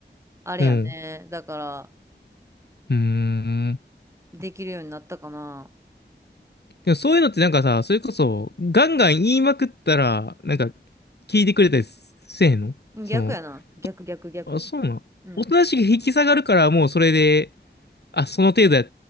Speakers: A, on the right (about 15°); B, on the left (about 65°).
A: あれやね。
B: うん。
A: だから、
B: うーん。
A: できるようになったかな。
B: でもそういうのってなんかさ、それこそ、ガンガン言いまくったら、なんか、聞いてくれたりせえへんのその、
A: 逆やな。逆、逆、逆。
B: あ、そうなの。
A: うん。
B: おとなしく引き下がるから、もうそれで、あ、その程度や、